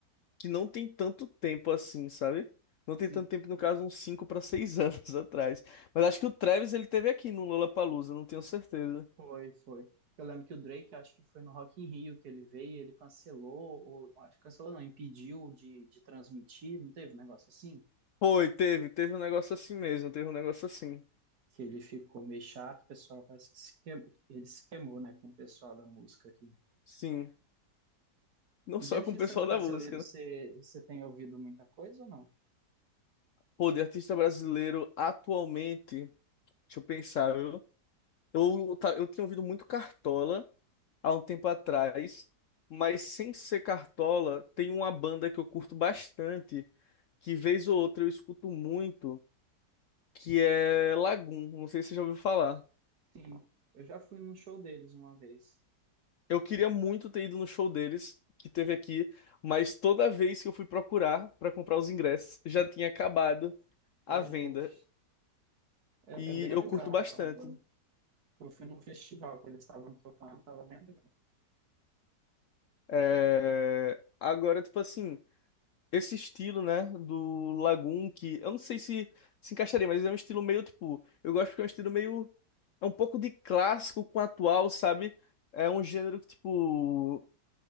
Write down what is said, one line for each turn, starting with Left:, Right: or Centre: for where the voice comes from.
Left: que não tem tanto tempo assim, sabe? Não tem
Right: Sim,
Left: tanto tempo, no caso, uns 5 para 6 <laughs> anos atrás. Mas acho que o Travis ele teve aqui no Lollapalooza, não tenho certeza.
Right: foi, foi. Eu lembro que o Drake, acho que foi no Rock in Rio que ele veio, e ele cancelou, ou acho que cancelou não, impediu de, de transmitir, não teve um negócio assim?
Left: Foi, teve, teve um negócio assim mesmo, teve um negócio assim.
Right: Que ele ficou meio chato, o pessoal parece que se queimou, ele se queimou, né, com o pessoal da música aqui.
Left: Sim, não
Right: E
Left: só
Right: de artista
Left: com o pessoal da
Right: brasileiro,
Left: música,
Right: você,
Left: né.
Right: você tem ouvido muita coisa ou não?
Left: Pô, de artista brasileiro atualmente, deixa eu pensar, viu? Eu, tá- eu tinha ouvido muito Cartola há um tempo atrás, mas sem ser Cartola, tem uma banda que eu curto bastante, que vez ou outra eu escuto muito, que é Lagum. Não sei se você já ouviu falar.
Right: Sim, eu já fui num show deles uma vez.
Left: Eu queria muito ter ido no show deles, que teve aqui, mas toda vez que eu fui procurar para comprar os ingressos, já tinha acabado
Right: Sério,
Left: a venda.
Right: poxa, é,
Left: E
Right: é bem
Left: eu
Right: legal
Left: curto bastante.
Right: a banda. Eu fui num festival que eles estavam tocando, estava bem legal.
Left: É, Agora, tipo assim, esse estilo, né, do Lagoon, que eu não sei se se encaixaria, mas é um estilo meio, tipo, eu gosto porque é um estilo meio, é um pouco de clássico com atual, sabe? É um gênero que, tipo,